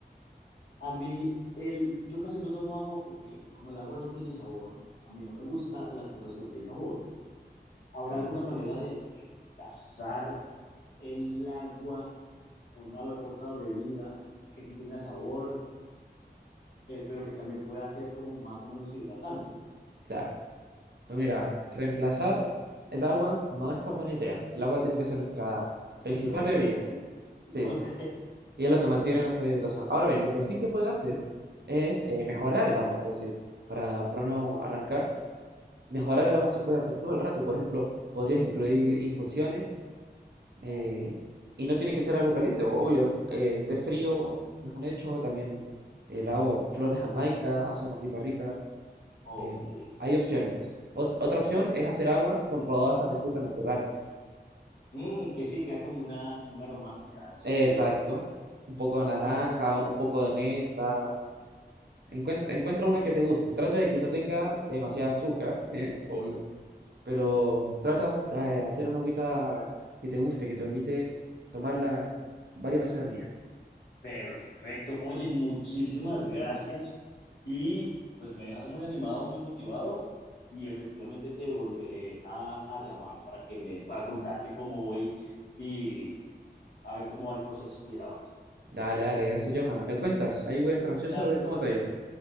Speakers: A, on the left; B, on the right.
A: A mí, el, yo casi no tomo agua porque como el agua no tiene sabor, a mí no me gusta las cosas que no tienen sabor. ¿Habrá
B: Claro,
A: alguna manera de reemplazar el agua por una otra bebida que sí tenga sabor, eh, pero que también pueda ser como más o menos hidratante.
B: claro. Pues mira, reemplazar el agua no es tan buena idea. El agua tiene que ser nuestra
A: <laughs>
B: principal
A: Y no puede
B: bebida.
A: ser. <laughs>
B: Sí,
A: Ok,
B: Y es lo que mantiene nuestra hidratación. Ahora bien, lo que sí se puede hacer es eh, mejorar el agua, por decir, para, para no arrancar. Mejorar el agua se puede hacer todo el rato. Por ejemplo, podrías incluir infusiones eh,
A: ok,
B: y no tiene que ser algo caliente. Obvio, eh, el té frío es un hecho. También el agua, flor de Jamaica, hace una agüita rica.
A: ok.
B: eh, hay opciones. Ot- otra opción es hacer agua con rodajas de fruta natural.
A: Mm, que sí, queda como una, como una aromática. Nosotros
B: Exacto.
A: le llamamos aromática.
B: Un poco de
A: Ah,
B: naranja,
A: perfecto.
B: un poco de menta. Encuentra, encuentra una que te guste. Trata de que no tenga demasiada azúcar, <laughs> eh, obvio, pero trata de hacer una agüita que te guste, que te permite tomarla varias veces al día.
A: Perfecto. Oye, muchísimas gracias. Y pues me dejas muy animado, muy motivado. Y efectivamente te volveré a, a llamar para que me, para contarte cómo voy y a ver cómo va el proceso y el avance.
B: Dale, dale, gracias, Johanna. Me cuentas, ahí voy a estar ansioso
A: Claro
B: de ver
A: que
B: cómo
A: sí.
B: te ha ido.